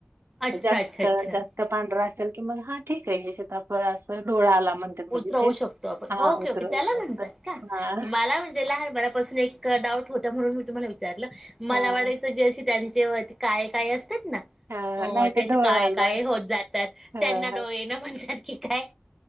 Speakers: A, in the centre; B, on the right (about 60°).
A: अच्छा
B: जास्त
A: अच्छा अच्छा.
B: जास्त पांढरा अ चल की मग हा ठीक आहे सीताफळ आसतोय डोळा आला म्हणतात म्हणजे
A: उतरवू
B: ते
A: शकतो आपण
B: हा
A: ओके
B: उतरवू
A: ओके त्याला
B: शकतात.
A: म्हणतात का
B: हां,
A: मला म्हणजे लहानपणापासून एक डाऊट होता म्हणून मी तुम्हाला वि
B: हां,
A: मला वाटायचं जस त्यानी जेव्हा ती काय काय असतं अ
B: हां. नाही ते
A: त्या
B: डोळा
A: काळे
B: आला.
A: काळे होत जातात
B: हां,
A: त्यांना
B: हां.
A: डोळे येनं म्हणतात. कि काय.